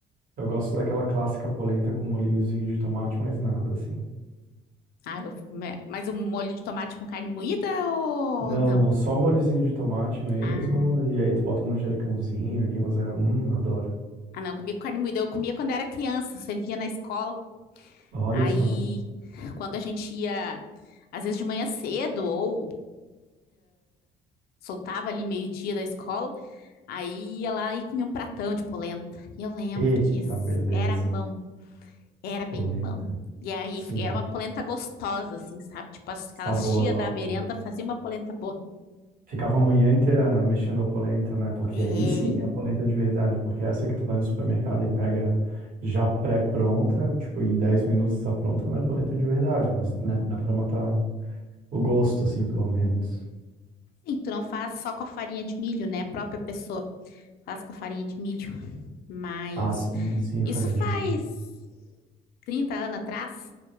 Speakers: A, on the right; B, on the left.
A: eu gosto daquela clássica polenta com molhinhozinho de tomate, mais nada, assim.
B: Ah, eu, é, mas um molho de tomate com carne moída ou
A: Não,
B: não?
A: não, só o molhozinho de tomate mesmo.
B: Ah,
A: E aí tu bota um manjericãozinho ali, mas é. Hum, adoro.
B: ah, não, eu comia com carne moída. Eu comia quando era criança, servia na escola.
A: Olha
B: Aí,
A: só.
B: quando a gente ia, às vezes de manhã cedo, ou soltava ali meio-dia da escola, aí ia lá e comia um pratão de polenta. E eu lembro
A: Eita,
B: disso.
A: beleza.
B: Era bom, era
A: Polenta.
B: bem bom. E aí
A: Sim,
B: era uma polenta gostosa, assim, sabe? Tipo, as- aquelas
A: saborosa.
B: tia da merenda faziam uma polenta boa.
A: Ficava a manhã inteira mexendo a polenta, né? Porque
B: É.
A: aí sim é a polenta de verdade, porque é essa que tu vai no supermercado e pega já pré-pronta, tipo, em 10 minutos tá pronta, não é polenta de verdade, mas, né, dá pra matar o gosto, assim, pelo menos.
B: Sim, tu não faz só com a farinha de milho, né? A própria pessoa faz com a farinha de milho. Mas
A: Ah, sim, sim,
B: isso
A: farinha
B: faz
A: de milho.
B: 30 anos atrás.